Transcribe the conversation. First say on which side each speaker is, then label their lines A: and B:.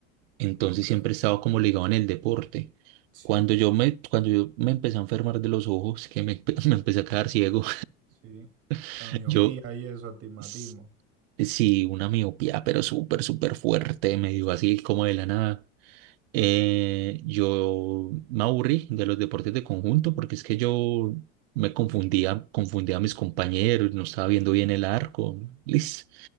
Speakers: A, on the right; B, on the right.
A: Entonces
B: ok,
A: siempre he estado como ligado en el deporte.
B: sí,
A: Cuando yo me, cuando yo me empecé a enfermar de los ojos, que me, <laughs> me empecé a quedar ciego,
B: sí.
A: <laughs>
B: La miopía
A: yo
B: y eso, astigmatismo.
A: s- sí, una miopía, pero súper, súper fuerte, me dio así como de la nada. Eh, yo me aburrí de los deportes de conjunto porque es que yo me confundía, confundía a mis compañeros, no estaba viendo bien el arco, lis.